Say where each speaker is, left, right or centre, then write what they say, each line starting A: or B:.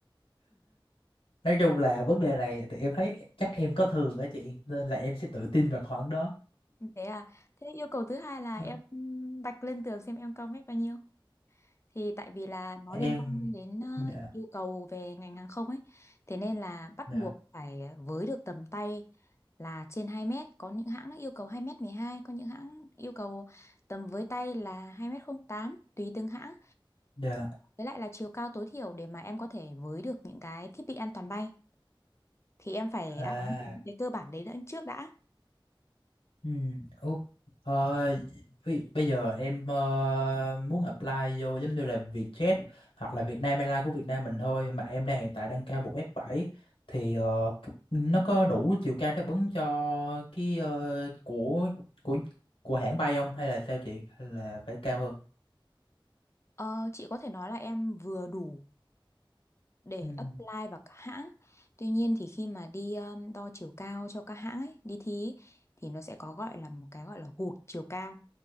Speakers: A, on the left; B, on the left.
A: Nói chung là vấn đề này thì em thấy chắc em có thường á chị nên là em sẽ tự tin vào khoảng đó.
B: Thế à? Thế yêu cầu thứ hai là
A: Ờ,
B: em vạch lên tường xem em cao mét bao nhiêu. thì tại vì là nó
A: Em
B: liên quan đến ờ,
A: dạ
B: yêu cầu về ngành hàng không ấy thế nên là bắt
A: dạ
B: buộc phải với được tầm tay là trên 2 mét có những hãng nó yêu cầu 2 mét 12 có những hãng yêu cầu tầm với tay là 2 mét 08 tùy từng hãng
A: dạ
B: với lại là chiều cao tối thiểu để mà em có thể với được những cái thiết bị an toàn bay thì em phải
A: à
B: đáp ứng những cái cơ bản đấy đã trước đã
A: Ừ. Ủa, ờ, bây, bây giờ em ờ, muốn apply vô giống như là Vietjet hoặc là Vietnam Airlines của Việt Nam mình thôi mà em đang hiện tại đang cao một m 7 thì ờ, nó có đủ chiều cao đáp ứng cho cái ờ, của của của hãng bay không hay là sao chị hay là phải cao hơn?
B: Ờ, chị có thể nói là em vừa đủ để
A: Ừ.
B: apply vào các hãng. Tuy nhiên thì khi mà đi um, đo chiều cao cho các hãng ấy, đi thi ấy, thì nó sẽ có gọi là một cái gọi là hụt chiều cao.